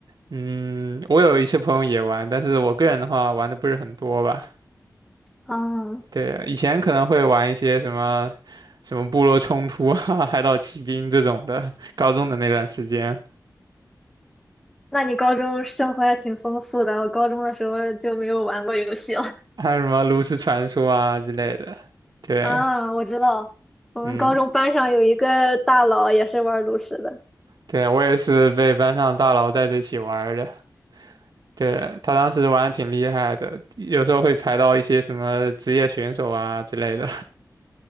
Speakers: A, on the right; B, in the centre.
A: 嗯，我有一些朋友也玩，但是我个人的话玩的不是很多吧。
B: 嗯，
A: 对，以前可能会玩一些什么，什么部落冲突啊、<laughs> 海岛奇兵这种的，高中的那段时间。
B: 那你高中生活还挺丰富的，我高中的时候就没有玩过游戏了。<laughs>
A: 还有什么炉石传说啊之类的。对，
B: 啊，我知道，我们高中班上有一个大佬也是玩炉石的。
A: 嗯，对，我也是被班上大佬带着一起玩儿的。对，他当时玩的挺厉害的，有时候会排到一些什么职业选手啊之类的，